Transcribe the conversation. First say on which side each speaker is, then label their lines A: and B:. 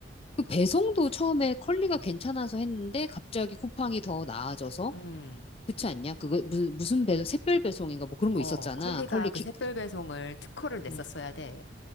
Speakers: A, on the left (about 35°); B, on the left (about 80°).
A: 그 배송도 처음에 컬리가 괜찮아서 했는데, 갑자기 쿠팡이 더 나아져서?
B: 응.
A: 그렇지 않냐? 그거, 무슨, 무슨 배송, 샛별 배송인가 뭐 그런
B: 어,
A: 거 있었잖아.
B: 컬리가
A: 컬리
B: 그
A: 킥,
B: 샛별 배송을 특허를 냈었어야
A: 어,
B: 돼.